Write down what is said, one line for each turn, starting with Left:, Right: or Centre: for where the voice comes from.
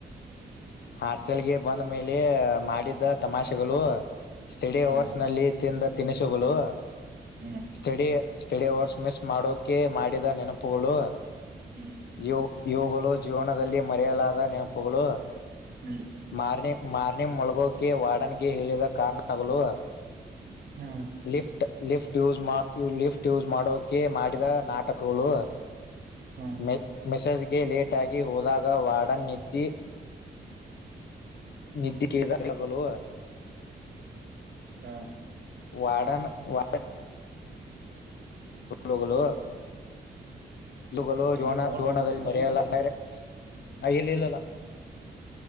Left: ಹಾಸ್ಟೆಲ್ಗೆ ಬಂದ ಮೇಲೆ ಮಾಡಿದ್ದ ತಮಾಷೆಗಳು ಸ್ಟಡಿ
Right: ಹ
Left: ಅವರ್ಸ್ ನಲ್ಲಿ ತಿಂದ ತಿನಿಸುಗಳು
Right: ಹ್ಮ್
Left: ಸ್ಟಡಿ ಸ್ಟಡಿ ಅವರ್ಸ್ ಮಿಸ್ ಮಾಡೋಕೆ ಮಾಡಿದ ನೆನಪುಗಳು
Right: ಹ್ಮ್
Left: ಇವು ಇವುಗಳು ಜೀವನದಲ್ಲಿ ಮರೆಯಲಾದ ನೆನಪುಗಳು
Right: ಹ್ಮ್
Left: ಮಾರ್ನೆ ಮಾರ್ನೆ ಮುಳಗೋಕೆ ವಾಡನ್ಗೆ ಹೇಳಿದ ಕಾರಣಗಳು
Right: ಹ್ಮ್
Left: lift lift use lift use ಮಾಡೋಕೆ ಮಾಡಿದ ನಾಟಕಗಳು
Right: ಹ್ಮ್
Left: ಮೆ ಮೆಸೇಜ್ಗೆ ಲೇಟ್ ಆಗಿ ಹೋದಾಗ ವಾರ್ಡನ್ ನಿದ್ದಿ ನಿದ್ದೆ ಕೇದಗಲು
Right: ಹಾ
Left: ವಾರ್ಡನ್ ವ ಲೋಗಲ ಇಲ
Right: ಹ್ಮ್
Left: ಜೋನ
Right: ಫೋನ್
Left: ಜೋನದಲ್ಲಿ
Right: ಬರದು ನನ್ಗ
Left: ಮರೆಯಲ್ಲ ಯ ಎಲ್ಲಿ ಇಲ್ಲಲ್ಲ